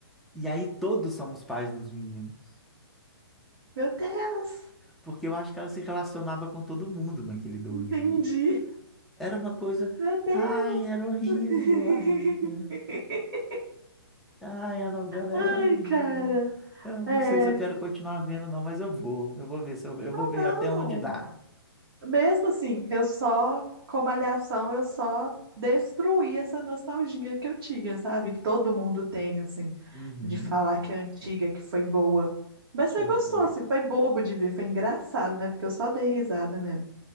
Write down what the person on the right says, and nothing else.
Meu Deus,
entendi.
Meu Deus.
<laughs>
Ai,
cara.
É.
Ah,
não.
Mesmo assim, eu só, com Malhação, eu só destruí essa nostalgia que eu tinha, sabe? Que todo mundo tem, assim,
de falar que é antiga, que foi boa. Mas foi
gostoso,
assim, foi bobo de ver, foi engraçado, né? Porque eu só dei risada mesmo.